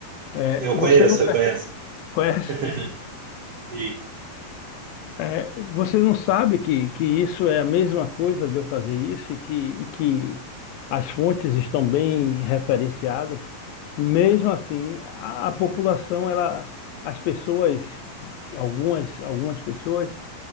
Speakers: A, on the left; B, on the right.
A: É,
B: Eu
A: Você
B: conheço,
A: não
B: eu conheço.
A: conhece?
B: <laughs> Sim,
A: É, você não sabe que, que isso é a mesma coisa de eu fazer isso e que, e que as fontes estão bem referenciadas. Mesmo assim, a, a população, ela, as pessoas, algumas, algumas pessoas,